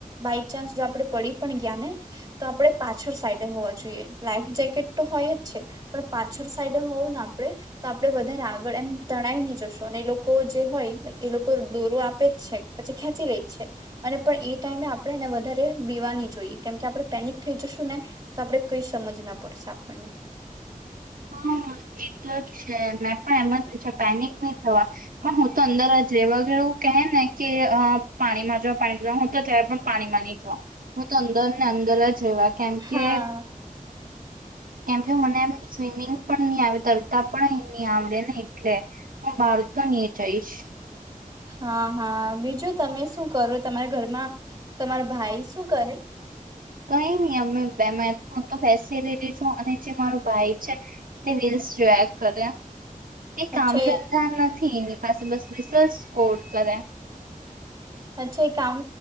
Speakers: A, on the right; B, on the right.
A: બાઈક ચાન્સ જો આપડે પડી પણ ગયા ને તો આપડે પાછળ સાઈડે હોવા જોઈએ લાઈફ જેકેટ તો હોય જ છે. પણ પાછળ સાઈડે હોવું આપણે તો આપણે વધારે આગળ એમ તણાઈ ની જશું અને એ લોકો જે હોય એ લોકો દોરો આપે જ છે પછી ખેંચી લે જ છે અને પણ એ ટાઈમે આપણે એને વધારે પીવાની જોઈએ કેમકે આપણે પેનિક થઈ જશું ને તો આપણે કઈ સમજ ના પડશે આપણને
B: હા હ એતો છે મેં પણ એમાં છે પેનિક નહી થવા પણ હું તો અંદર જ રહેવા એવું કહે ને કે પાણીમાં જો પાણીમાં જો હું તો જ પણ પાણી માં નહી જો હું તો અંદર ને અંદર જ જોવા કેમ
A: હા
B: કે કેમ કે મને એમ સ્વિમિંગ પણ ની આવે તરતા પણ એ નહી આવડે નહી એટલે હું બાળ તો હી જઈશ
A: હા હા બીજું તમે શું કરો તમારા ઘરમાં તમારા ભાઈ શું કરે
B: કઈ નહી અમે બે તો ફસી લી છું અને જે માર ભાઈ છે. તે રીલ્સ જોયા કરે એ કામ
A: અચ્છા
B: ધંધા નથી એ પાસે બસ બિસ સ્કોડ કરે
A: અચ્છા એ કામ